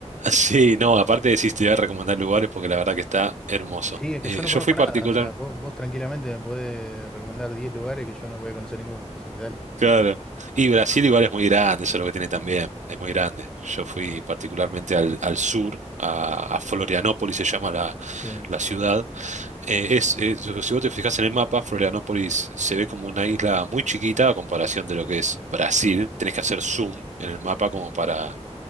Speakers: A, on the right; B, in the centre.
A: Sí, no, aparte de decís, te voy a recomendar lugares porque la verdad que está hermoso.
B: Sí, es que
A: Eh,
B: yo no
A: yo
B: conozco
A: fui
B: nada.
A: particular.
B: O sea, vos, vos tranquilamente me podés recomendar 10 lugares que yo no voy a conocer ninguno. Así que dale.
A: Claro. Y Brasil igual es muy grande, eso es lo que tiene también, es muy grande. Yo fui particularmente al, al sur, a, a Florianópolis se llama la,
B: Sí.
A: la ciudad. Eh, es, es- si vos te fijas en el mapa, Florianópolis se ve como una isla muy chiquita a comparación de lo que es Brasil. Tenés que hacer zoom en el mapa como para